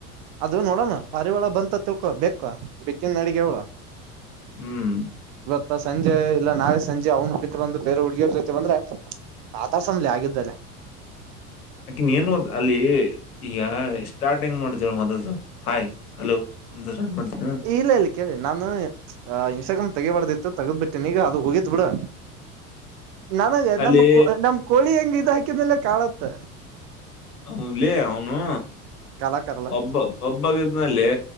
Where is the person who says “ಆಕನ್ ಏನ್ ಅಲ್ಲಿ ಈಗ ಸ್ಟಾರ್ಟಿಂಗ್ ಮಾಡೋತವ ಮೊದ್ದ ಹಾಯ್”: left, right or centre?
Left